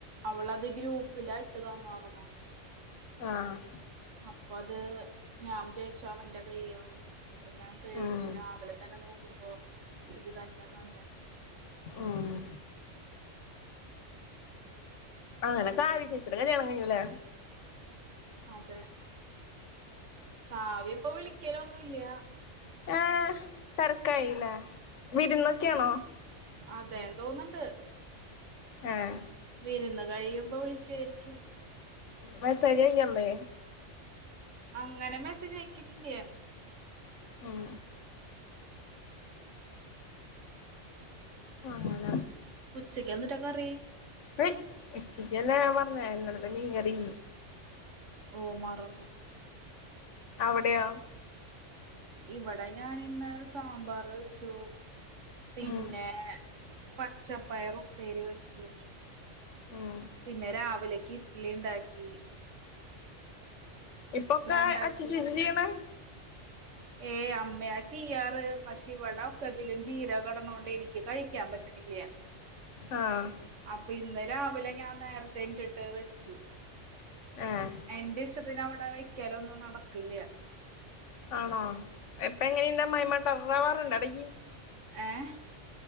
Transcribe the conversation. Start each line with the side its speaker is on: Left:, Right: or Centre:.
Right: അവളത് ഗ്രൂ <inaudible> പ്പിലാട്ട് ത്ത്വന്നോട നെ
Left: ആഹ്
Right: അപ്പൊ അത് ഞാ വ്യാച്ച്ചു അവന്റ കയ്യാവ്ന്ന് അപ്പൊ ഞാൻ പേടിച്ചു
Left: ഉം
Right: രാവിലെ തന്ന നോക് ക്കുമ്പോ ഇത് തന്നെ കണ്ടെ
Left: ആഹ് അങ്ങനെ കാവി ചേച്ചീടെ കല്യാണം കൈഞ്ഞുലെ
Right: അതെ കാവ്യപ്പൊ വിളിക്കലൊന്നുല്യ
Left: ഏഹ് നെർക്കായില്ലെ വിരുന്നൊക്കെണോ
Right: അതെ തോന്ന്ണ്ട്
Left: ഏഹ്
Right: വിരുന്ന് കഴിയുമ്പോ വിളിക്കായിരിക്കും
Left: വസേജയമ്മേ
Right: അങ്ങനെ മെസ്സേജയക്കലില്യ
Left: ഉം അങ്ങന
Right: ഉച്ചക്ക് എന്തിട്ട കറി
Left: യ് <unintelligible> ഉച്ചയ്ക്കന്നെ കറി ഞാ പറ്ഞ്ഞെ ഇന്നെലത്തെ മീൻ കറി
Right: ഓ മറന്നു
Left: അവിടെയോ
Right: ഇവിടെ ഞാനിന്ന് സാമ്പാറ് വെച്ചു പിന്നെ
Left: ഉം
Right: പച്ച പയറുപ്പേരി വച്ചു
Left: ഉം
Right: പിന്നെ രാവിലെ ക്ക്ട്ലീണ്ടാക്കി
Left: ഇപ്പക്കെ <unintelligible>
Right: ഇണ്ടാക്കിട്ട് പോന്നു ഏയ് അമ്മയാ ചെയ്യാറ് പക്ഷെ ഇവിട ഒക്കെത്തിലും ജീരകടണോണ്ടെ കഴിയ്കാമ്പറ്റണില്യ
Left: ആഹ്
Right: അപ്പൊ ഇന്ന രാവിലെ ഞാൻ നേരത്തെണ്റ്റ്ട്ട് വെച്ചു
Left: ഏഹ്
Right: എന്റെ ഇഷ്ടത്തിന് അവിടെ വെ ക്കലൊന്നും നടക്കില്യ
Left: ആണോ ഇപ്പ എങ്ങനെണ്ട് അമ്മായിമ്മ ടെററ് അവറോണ്ടോ എടക് <unintelligible>
Right: ഏഹ്